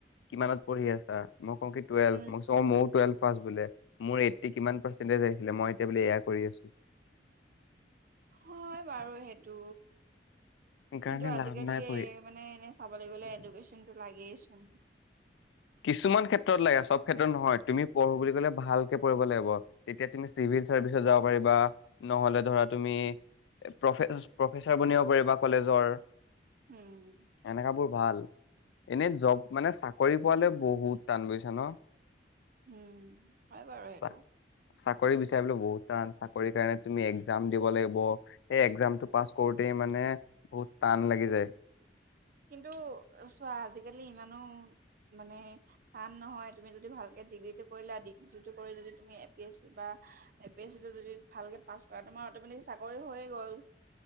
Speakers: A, on the left; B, on the right.
A: কিমানত পঢ়ি আছা মই কওঁ কি টেৱেলভ
B: উম।
A: মই চ মোৰো টুৱেলভ পাচঁ বোলে মোৰ এইটটি কিমান পাৰ্চেণ্টজ আহছিলে মই এতিয়া বেব্জয়া কৰি আছো
B: হয় বাৰু সেহটো
A: সেইকাৰণে
B: কিন্তু আজিকালি
A: লাভ নাই পঢ়ি
B: মানে এনে চাবলৈ গ'লে এডুকেশচনটো লাগেইচোন
A: কিছুমান ক্ষেত্ৰত লাগে চব ক্ষেত্ৰত নহয় তুমি পঢ়ো বুলি লে ভালকে পঢ়িব লাগিব। তেতিয়া তুমি চিভিল চাৰ্ভিচত যাব পাৰিবা নহ'লে ধৰা তুমি প্ৰ প্ৰফেচাৰ বনিব পাৰিবা কলেজৰ
B: উম
A: এনেকাবোৰ ভাল এনে জব মানে চাকৰি পোৱালে বহুত টান গৈছা ন
B: উম হয় বাৰু সেইটো
A: চা চাকৰি বিচাৰিবলৈ বহুত টান চাকৰি কাৰণে তুমি এক্জাম দিব লাগিব সেই এক্জামটো পাছ কৰোতে মানে বহুত টান লাগি যায়
B: কিন্তু চোৱা আজিকালি ইমানো মানে টান নহয় তুমি যদি ভালকে ডিগ্ৰীটো কৰিলা ডিগ্ৰী কৰি যদি তুমি এ পি এছ চি বা এ পি এছ চিটো যদি ভালকে পাছ কৰা তোমাৰ অট'মেটিক চাকৰি হৈয়ে গ'ল